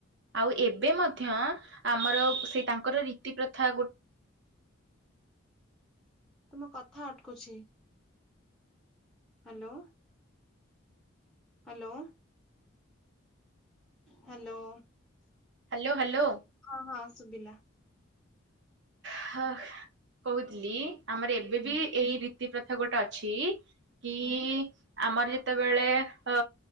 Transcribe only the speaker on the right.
ଆଉ ଏବେ ମଧ୍ୟ ଆମର ସେଇ ତାଙ୍କର ରୀତି ପ୍ରଥା ଗୋଟ୍
Hello Hello.
ହ କହୁଥିଲି ଆମର ଏବେ
ବି ଏଇ ରୀତି ପ୍ରଥା ଗୋଟେ ଅଛି କି
ଆମର ଯେତେବେଳେ ଅ